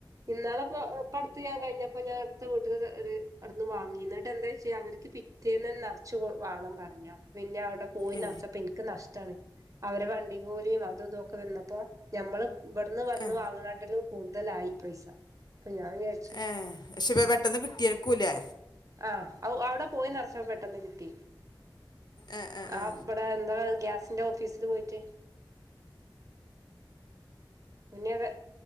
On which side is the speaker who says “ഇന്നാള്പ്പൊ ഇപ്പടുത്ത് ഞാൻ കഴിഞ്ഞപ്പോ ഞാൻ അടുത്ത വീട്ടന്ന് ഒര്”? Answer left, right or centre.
Right